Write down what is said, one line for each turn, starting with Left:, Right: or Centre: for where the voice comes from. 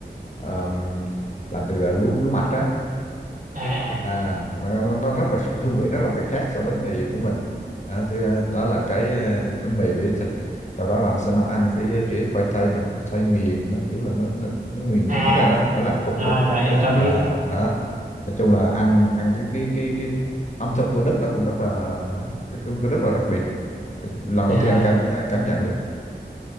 Left: ừm, làm từ à, lúa lúa mạch á
Right: à à
Left: à nó, nó nó rất là khác- hương vị nó rất là khác so với bánh mì của mình đó, thì, à, đó
Right: Ừ.
Left: là cái à, bánh mì với thịt sau đó là anh sẽ nó ăn cái kiểu khoai tây mà khoai tây nghiền nó kiểu là nó nó, nó nghiền
Right: à
Left: nhuyễn ra đó nó làm cục
Right: rồi
Left: cục cục
Right: rồi
Left: á
Right: em có biết.
Left: à, đó nói chung là ăn ăn cái cái cái cái ẩm thực của Đức nó cũng rất là cũng cũng rất là đặc biệt lần đầu
Right: À.
Left: tiên anh cảm cảm nhận được